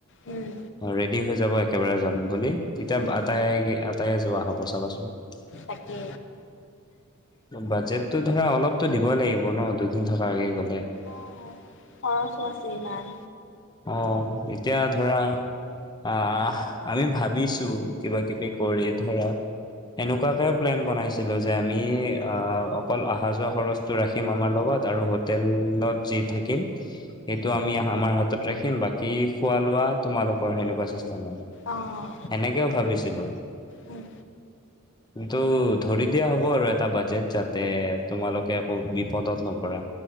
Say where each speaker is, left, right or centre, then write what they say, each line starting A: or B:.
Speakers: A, on the left (about 60°); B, on the left (about 20°).
A: উম
B: অ ৰেডি হৈ যাব একেবাৰে যাম বুলি যাব
A: উম
B: আতাইকে
A: উম
B: আক তাই যোৱা হ'ব চাবাচোন
A: তাকে
B: বাজেটতো ধৰা অলপ টো দিব লাগিব ন দুদিন থকাকে গ'লে
A: অঁ খৰচো আছে ইমান।
B: অ এতিয়া ধৰা আ আমি ভাবিছোঁ যে টো কিবা কিবি কৰি ধৰা এনেকুৱাকে প্লেন বনাইছিলো যে আমি আহ অকল অহা যোৱা খৰচটো ৰাখিম আমাৰ লগত আৰু হোটেলত যি থাকিম সেইটো আমি আমাৰ হাতত ৰাখিম। বাকি খোৱা লোৱা তোমালোকৰ সেনেকুৱা চিছ চনন
A: অঁ
B: সেনেকেও ভাবিছিলো
A: উম
B: কিন্তু ধৰি দিয়া হ'ব আৰু এটা বাজেট যাতে তোমালোকে একো বিপদত নপৰা